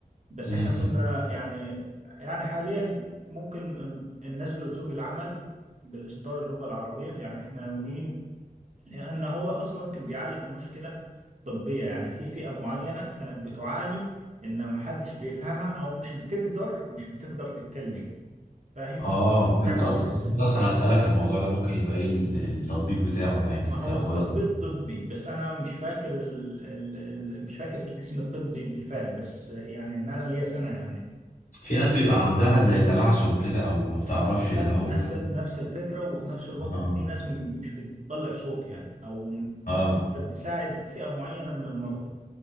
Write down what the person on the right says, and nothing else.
بس
احنا كنا يعني يعني حاليا ممكن ن- ننزله لسوق العمل بالإصدار اللغة العربية يعني احنا ناويين لأن هو أصلا كان بيعالج مشكلة طبية يعني في فئة معينة كانت بتعاني إن محدش بيفهمها أو مش بتقدر مش بتقدر تتكلم فاهم
مش بتعمل
صوت
ما
هو
تطبيق طبي بس أنا مش فاكر ال ال ال مش فاكر الاسم الطبي بالفعل بس يعني إن أنا ليا سنة يعني
نف-
نفس
ال- نفس الفكرة وفي نفس الوقت
في ناس م- مش بتطلع صوت يعني أو م- ممكن
أنت بتساعد فئة معينة من المرضى